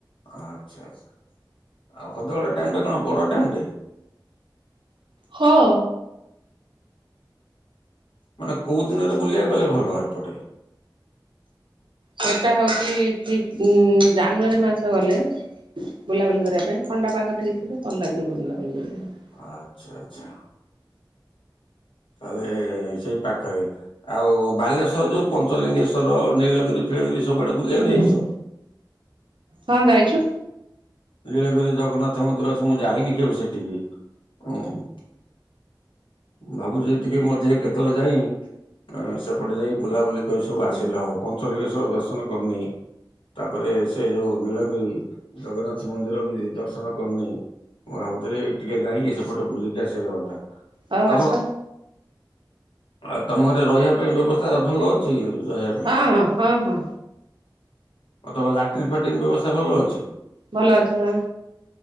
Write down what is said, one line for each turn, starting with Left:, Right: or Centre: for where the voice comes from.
Left: ଆଚ୍ଛା ଆଚ୍ଛା ଆଉ ହଦଗଡ ଡ୍ୟାମ ଟା କଣ ବଡ ଡ୍ୟାମ ଟେ?
Right: ହଁ।
Left: ମାନେ କୋଉ ଦିନରେ ବୁଲିବାକୁ ଗଲେ ଭଲ ହେପଟେ?
Right: ସେଟା ହଉଛି ଠିକ୍ ଉଁ ଜାନୁଆରୀ ମାସ ଗଲେ। ବୁଲାବୁଲି କରିବା ପାଇଁ ଥଣ୍ଡା ପାଗ ଟିକେ ଥିବ ଭଲ ଲାଗିବ ବୁଲାବୁଲି କରିବା ପାଇଁ।
Left: ଆଚ୍ଛା ଆଚ୍ଛା। ତାଲେ ସେଇ ପାଖରେ ଆଉ ବାଲେଶ୍ଵର ଯୋଉ ପଞ୍ଚଲିଙ୍ଗେଶ୍ଵର ନୀଳଗିରି ଫିଳଗିରି ସବୁଆଡେ ବୁଲିବାକୁ
Right: ପାଇଁ।
Left: ଯାଇଛ?
Right: ହଁ ଯାଇଛୁ।
Left: ନୀଳଗିରିରେ ଜଗନ୍ନାଥ ମନ୍ଦିର ଅଛି ମୁଁ ଯାଇନି କେବେ ସେଠିକି ଓଁ ଭାବୁଛି ଟିକେ ମଝିରେ କେତେବେଳେ ଯାଇଁ ଏ ସେପଟେ ଯାଇଁ ବୁଲାବୁଲି କରି ସବୁ
Right: ହଁ
Left: ଆସିଲେ ହବ ପଞ୍ଚ ଞ୍ଚଲିଙ୍ଗେଶ୍ୱର ଦର୍ଶନ କରିନେଇ ତାପରେ ସେ ଯୋଉ ନୀଳଗିରି ଜଗନ୍ନାଥ ଛି ମନ୍ଦିର ବି ଦର୍ଶନ କରିନେଇ ମୁଁ ଭାବୁଥିଲି ଟିକେ ଯାଇକି ସ ସେପଟେ ବୁଲିକି ଆସିଲେ ହଁଅନ୍ତା
Right: ହଉ
Left: ତମ
Right: ଆସ
Left: ଆଉ ତମ ଘରେ ରହିବା ପାଇଁ ବ୍ୟବସ୍ଥା ଭଲ ଅଛି ରହିୟା
Right: ହଁ ହଁ ହଁ।
Left: ଆଉ ତମ ଲାଟିନ ଫାଟିନ୍ ବ୍ୟବସ୍ଥା ଭଲ ଅଛି?
Right: ଭଲ ଅଛି ହଁ।